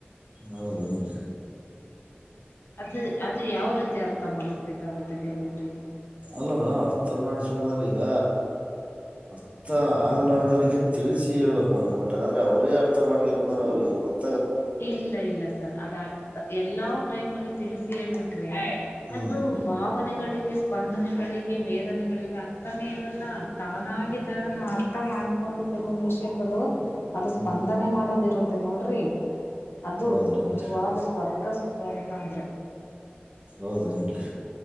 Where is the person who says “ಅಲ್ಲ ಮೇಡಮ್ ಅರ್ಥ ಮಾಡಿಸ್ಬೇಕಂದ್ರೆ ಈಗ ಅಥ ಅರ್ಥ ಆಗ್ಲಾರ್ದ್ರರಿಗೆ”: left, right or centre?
Right